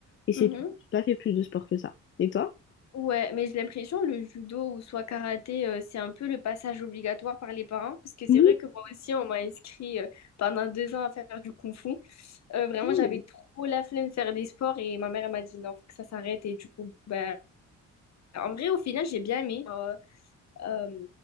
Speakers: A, on the left; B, on the left.
A: Et c'est
B: ouais. Mhm.
A: tout. J'ai pas fait plus de sport que ça. Et toi?
B: Ouais, mais j'ai l'impression le judo ou soit karaté, euh, c'est un peu le passage obligatoire par les parents. Parce que c'est
A: Oui.
B: vrai que moi aussi, on m'a inscrit euh, pendant deux ans à faire du kung-fu. Euh, vraiment,
A: Oh.
B: j'avais trop la flemme de faire des sports et ma mère elle m'a dit non, faut que ça s'arrête. Et du coup, bah, en vrai, au final, j'ai bien aimé. Euh, euh,